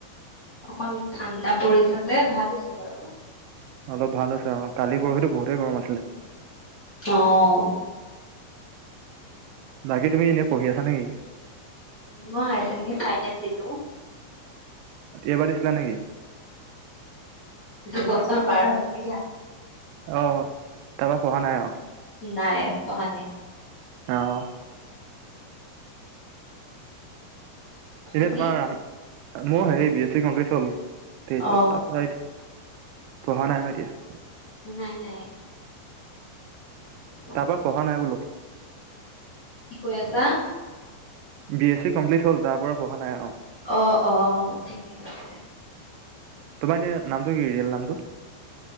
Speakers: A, on the left; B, on the right.
A: অকন ঠাণ্ডা পৰিছে যে, ভাল হৈছে বাৰু।
B: অলপ ভাল হৈছে অ'। কালি পৰহিটো বহুতেই গৰম আছিলে।
A: অ'।
B: বাকী তুমি এনেই পঢ়ি আছা নে কি?
A: মই হাই চেকেন্দী ফাইনেল দিলোঁ।
B: এইবাৰ দিছিলা নে কি?
A: দুবছৰ পাৰ হ'ল দিয়া।
B: অ', তাৰপা পঢ়া নাই আও?
A: নাই, পঢ়া নাই।
B: আও'। তেতিয়া
A: তুমি?
B: তোমাৰ ৰাম-মোৰ হেৰি বি এছ্‌ চি কমপ্লিট হ'ল। তেইছত।
A: অ'।
B: তাপা এতিয়া, পঢ়া নাই আৰু এতিয়া।
A: নাই নাই। <inaudible>
B: তাৰপা পঢ়া নাই বোলো।
A: কি কৈ আছা?
B: বি এছ্‌ চি কমপ্লিট হ'ল, তাৰপৰা পঢ়া নাই আৰু।
A: অ', অ', ঠিকে আছে।
B: তোমাৰ এনেই নামটো কি? ৰিয়েল নামটো?